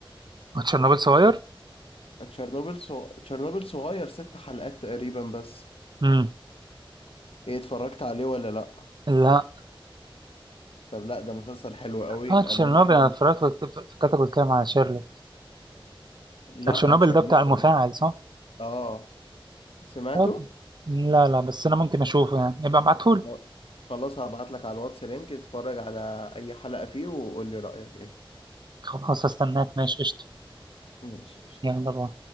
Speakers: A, on the right; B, on the left.
A: وتشيرنوبل صغير
B: تشيرنوبل صغ... تشيرنوبل صغير ست حلقات تقريبا بس
A: امم
B: ايه اتفرجت عليه ولا لا
A: لا
B: طب لا ده مسلسل حلو قوي
A: اه تشيرنوبل
B: انا ممكن
A: انا اتفرجت وت- فكرتك بتتكلم على شيرلوك
B: لا
A: تشيرنوبل
B: تشيرنوبل
A: ده بتاع المفاعل صح؟
B: اه سمعته
A: طب لا لا بس انا ممكن اشوفه يعني يبقى ابعتهولي
B: خ- خلاص هبعت لك على الواتس لينك اتفرج على اي حلقه فيه وقول لي رايك ايه
A: خلاص هستناك ماشي قشطة
B: ماشي قشطة.
A: يلا باي